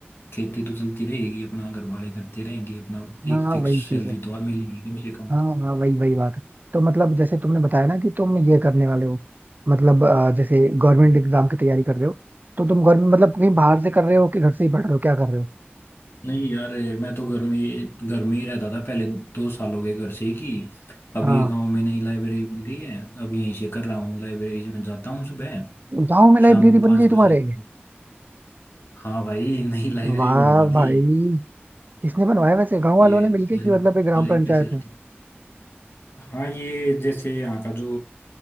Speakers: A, on the left; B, on the right.
A: खेती तो चलती रहेगी अपना घर वाले करते रहेंगे अपना
B: हाँ
A: एक
B: हाँ,
A: फिक्स
B: वही चीज
A: सैलरी
B: है
A: तो मिलेगी कम से कम
B: हाँ हाँ वही वही बात है तो मतलब जैसे तुमने बताया ना कि तुम ये करने वाले हो मतलब अ, जैसे गवर्नमेंट एग्जाम की तैयारी कर रहे हो तो तुम गवर्नमेंट मतलब कहीं बाहर से कर रहे हो कि घर से ही पढ़ रहे हो क्या कर रहे हो
A: नहीं यार ये मैं तो घर में ही- घर में ही रहता था पहले दो साल हो गए घर से ही की अब
B: हाँ
A: ये गांव में नई लाइब्रेरी बन गई है अब यहीं से कर रहा हूँ लाइब्रेरी से मैं जाता हूँ सुबह
B: गाँव में लाइब्रेरी
A: शाम को पाँच
B: बन गई
A: बजे
B: तुम्हारे
A: आता हूँ हाँ भाई <laughs> नई लाइब्रेरी
B: वाह
A: बनवा
B: भाई
A: दी
B: किसने बनवाया वैसे गांव वालों
A: ये
B: ने मिलके
A: सारी
B: कि मतलब एक
A: सारी
B: ग्राम पंचायत
A: फैसिलिटी
B: में
A: हाँ ये जैसे यहाँ का जो